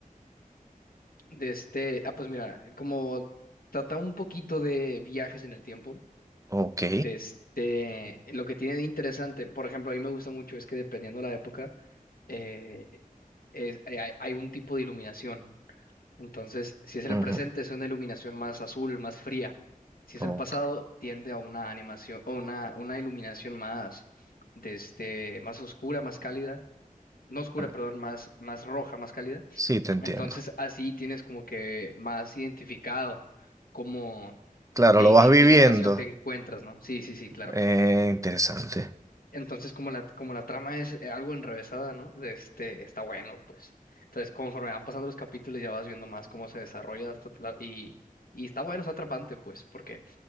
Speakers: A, on the left; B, on the right.
A: de este, ah, pues mira, eh, como trata un poquito de viajes en el tiempo,
B: Ok.
A: de este, lo que tiene de interesante, por ejemplo, a mí me gusta mucho es que dependiendo la época, eh, es- hay hay- hay un tipo de iluminación. Entonces, si es el
B: ujú,
A: presente, es una iluminación más azul, más fría. Si es
B: ok,
A: el pasado, tiende a una animación o una, una iluminación más, de este, más oscura, más cálida. No oscura,
B: ah,
A: perdón, más, más roja, más cálida.
B: Sí, te entiendo.
A: Entonces, así tienes como que más identificado como
B: Claro,
A: en,
B: lo vas
A: en
B: viviendo.
A: qué situación te encuentras, ¿no? Sí, sí, sí, claro.
B: Eh, interesante.
A: Entonces, como la, como la trama es eh, algo enrevesada, ¿no? De Este, está bueno, pues. Entonces, conforme van pasando los capítulos, ya vas viendo más cómo se desarrolla hasta la- y, y está bueno, está atrapante, pues, porque